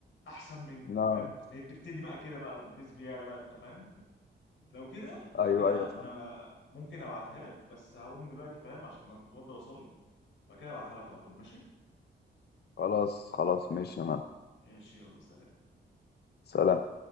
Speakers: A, on the left (about 90°); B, on the left (about 60°).
A: احسن منك
B: لا
A: فاهم هي بتبتدي بقى كده بقى والبيس بيعلى بقى انت فاهم لو كده لو
B: ايوه
A: كده
B: ايوه صح
A: انا ممكن ابعتها لك بس هقوم دلوقتي فاهم عشان اتوضى واصلي وبعد كده ابعتها لك على طول ماشي
B: خلاص خلاص ماشي
A: ماشي يلا سلام
B: سلام